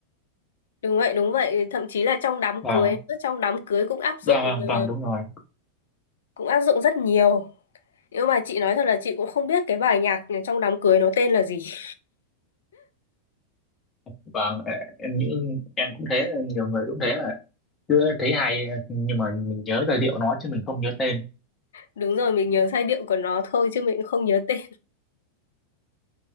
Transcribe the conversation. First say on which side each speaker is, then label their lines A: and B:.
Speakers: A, on the left; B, on the left.
A: Đúng vậy, đúng vậy, thậm chí là trong đám
B: vâng
A: cưới, trong đám cưới cũng áp dụng
B: vâng vâng
A: ờ,
B: vâng, đúng rồi
A: cũng áp dụng rất nhiều. Nhưng mà chị nói thật là chị cũng không biết cái bài nhạc trong đám cưới nó tên là gì. <laughs>
B: vâng ê, em nghĩ em cũng thế nhiều người cũng thế mà cứ thấy hay nhưng mà mình nhớ giai điệu nó chứ mình không nhớ tên
A: Đúng rồi, mình nhớ giai điệu của nó thôi chứ mình cũng không nhớ tên.